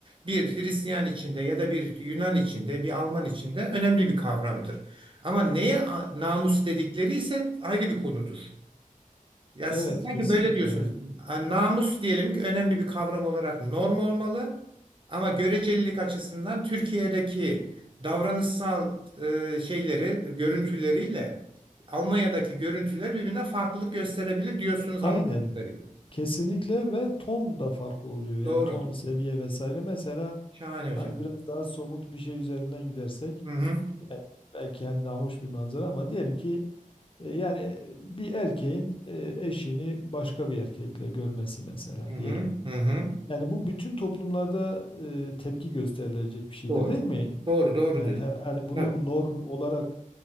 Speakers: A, on the right; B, on the left.
A: bir Hristiyan içinde ya da bir Yunan içinde, bir Alman içinde önemli bir kavramdır. Ama neye a- namus dedikleri ise ayrı bir konudur. Ya
B: evet
A: siz sanki
B: kesinlikle
A: böyle diyorsunuz.
B: aynen.
A: Ha, Namus diyelim ki önemli bir kavram olarak norm olmalı ama görecelilik açısından Türkiye'deki davranışsal e, şeyleri, görüntüleriyle Almanya'daki görüntüler birbirine farklılık gösterebilir diyorsunuz
B: Aynen
A: anladığım kadarıyla.
B: kesinlikle ve ton da farklı oluyor yani
A: Doğru.
B: ton seviye vesaire mesela
A: Şahane hocam.
B: hani biraz daha somut bir şey üzerinden gidersek
A: Hı hı.
B: yani belki yani nahoş bir manzara ama diyelim ki E, Yani e, bir erkeğin e, eşini başka bir erkekle görmesi mesela
A: Hı hı.
B: diyelim.
A: Hı hı.
B: Yani bu bütün toplumlarda e, tepki gösterilecek bir şeydir
A: Doğru.
B: değil mi?
A: Doğru, doğru
B: Yani
A: diyorsun.
B: her, her- bunu
A: Tabii.
B: norm olarak